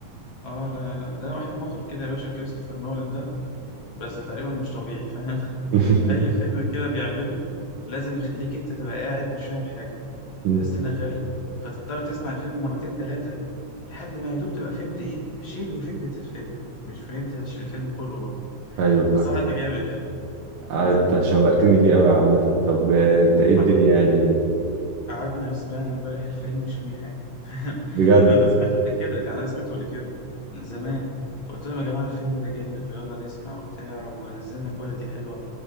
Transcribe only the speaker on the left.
اه لا لا لا ده واحد مخرج كده يا باشا كريستوفر نولان ده بس تقريبا مش طبيعي فاهم <laughs>
اي فيلم كده بيعمله لازم يخليك انت تبقى قاعد مش فاهم حاجة
تحس انك غبي فتضطر تسمع الفيلم مرتين ثلاثة لحد ما يا دوب تبقى فهمت ايه شبه فكرة الفيلم مش فهمت يعني الفيلم كله برضه
بس هو حد جامد
يعني
قعدنا سمعنا امبارح الفيلم مش فاهمين حاجة <laughs>
أنا سمعته قبل كده يعني أنا سمعته قبل كده من زمان فقلت لهم يا جماعة الفيلم ده جامد ويلا نسمع وبتاع ونزلنا كواليتي حلوة